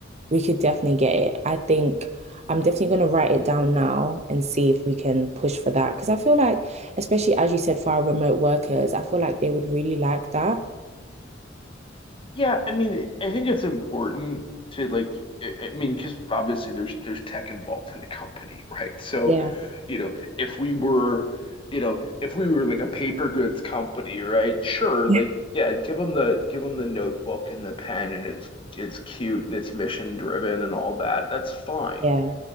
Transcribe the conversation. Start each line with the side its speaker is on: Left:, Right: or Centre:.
Right: we could definitely get it. I think I'm definitely going to write it down now and see if we can push for that. Because I feel like, especially as you said, for our remote workers, I feel like they would really like that.
Left: Yeah, I mean, it- I think it's important to like, I I mean, because obviously there's there's tech involved in the company, right? So,
Right: Yeah.
Left: you know, if we were, you know, if we were like a paper goods company, right? Sure,
Right: <laughs>
Left: like, yeah, give them the give them the notebook and the pen, and it's it's cute and it's mission driven and all that. That's fine.
Right: Yeah.